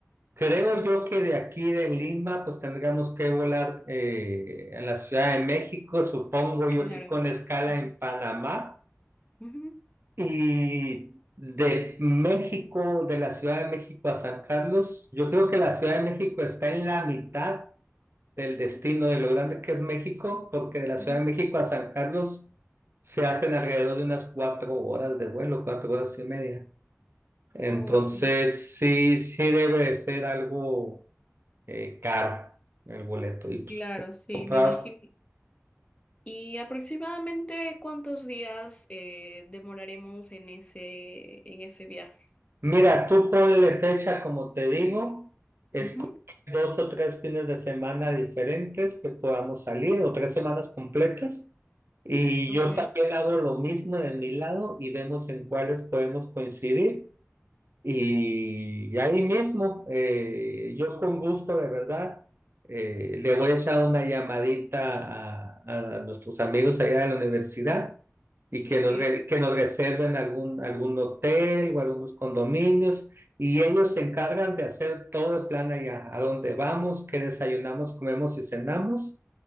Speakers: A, on the right; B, on the left.
A: Creo yo que de aquí de Lima, pues tendríamos que volar eh, a la Ciudad de México, supongo
B: Claro.
A: yo que con escala
B: Ujú,
A: en Panamá.
B: ujú,
A: Y de México, de la Ciudad de México a San Carlos, yo creo que la Ciudad de México está en la mitad del destino de lo grande que es México, porque de la
B: ujú.
A: Ciudad de México a San Carlos se hacen alrededor de unas cuatro horas de vuelo, cuatro horas y media. Entonces,
B: Oh, ok.
A: sí, sí debe de ser algo eh, caro el boleto y pues
B: Claro, sí,
A: comprabas.
B: me imagino. ¿Y aproximadamente cuántos días eh, demoraremos en ese, en ese viaje?
A: Mira, tú ponle fecha, como te digo, escoge
B: Ujú,
A: dos o tres fines de semana diferentes que podamos salir o tres semanas completas y
B: Ok,
A: yo también hago lo mismo de mi lado y vemos en cuáles podemos coincidir. Y ahí mismo, eh, yo con gusto, de verdad, eh, le voy a echar una llamadita a, a nuestros amigos allá de la universidad y que
B: ok.
A: nos, re- que nos reserven algún, algún hotel o algunos condominios y ellos se encargan de hacer todo el plan allá, a dónde vamos, qué desayunamos, comemos y cenamos